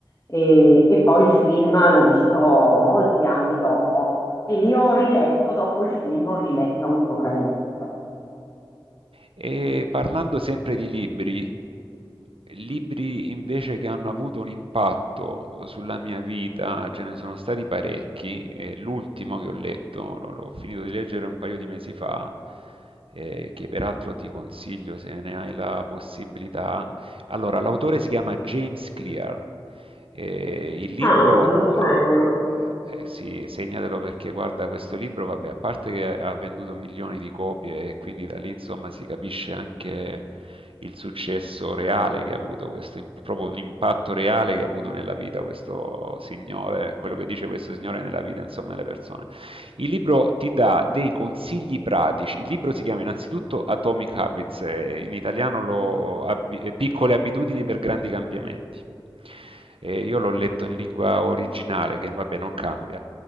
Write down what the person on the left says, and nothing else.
E, e poi il film l'ho visto molti anni dopo e lì ho riletto, dopo il film ho riletto ancora il libro.
Ah, Ah, me lo
segno.